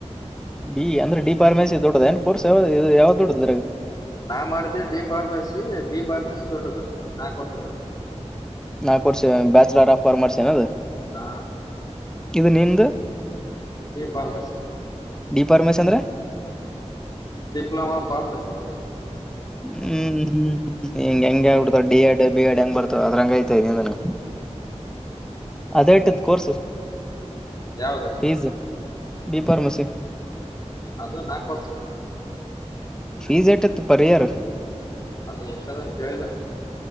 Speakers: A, in the centre; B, on the left.
A: ಬಿ ಅಂದ್ರೆ ಡಿ ಫ್ಮಸಿ ದೊಡ್ಡದ ಏನ್ ಕೋರ್ಸ್ ಯಾವ್ದದು ಯಾವ್ದ ದೊಡದ ಇದ್ರಾಗ
B: ನಾ ಮಾಡಿದ ಡಿ ಫಾರ್ಮಸಿ ಬಿ ಫಾರ್ಮಸಿ ದೊಡ್ಡದು ನಾ ಕೊಡ್ತದೆ
A: ನಾಕೋರ್ಸ ಬ್ಯಾಚುಲರ್ ಆಫ್ ಕ್ಮರ್ಸ್ ಏನದು
B: ಹಾ
A: ಇದು ನಿಂದು
B: ಪರ್ವಸಿ
A: ಪರಮ ಅಂದ್ರ
B: ಡಿಪ್ಲಮಾ ಪಾರ್ ಮಸತ
A: ಹ್ಮ್ ಹ್ಮ್ ಹ್ಮ್ ಹಂಗೆ ಹೆಂಗ ಆಗ ಬಿಡ್ತ ಡಿ ಎಡ್ ಬಿ ಎಡ್ ಹೆಂಗ್ ಬರ್ತ ಅದ್ರಂಗ ಐ್ತಾ ಇದ ಅಂದನ್ನು ಅದೇಟದ ಕೋರ್ಸು
B: ಯಾವ್ದ
A: ಪೀಸ್ ಬಿಫಾರ್ಮಾಸಿ
B: ಅದು ನಾಕ್ ವರ್ಷ
A: ಫೀಸ್ೇಟ್ತ್ ಪರಿಯರ್
B: ಅದ ಎಷ್ಟಾದ್ರೂ ಕೇಳಿಲ್ಲ